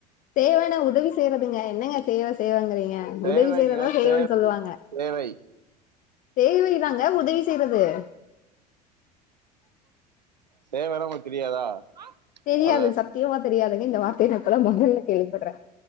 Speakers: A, on the left; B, on the right.
A: செய்வன்னா உதவி செய்றதுங்க என்னங்க செய்வ செய்வேங்கிறீங்க அ
B: சேவைங்க
A: உதவி செய்றதா செய்வன்
B: சேவை
A: சொல்லுவாங்க
B: சேவை
A: சேவைதாங்க உதவி செய்றது
B: சேவனா உங்களுக்கு தெரியாதா
A: தெரியாது
B: அத
A: சத்தியமா தெரியாதுங்க இந்த வார்த்தைய நா இப்பதா மொதல்ல கேள்விப்பட்றே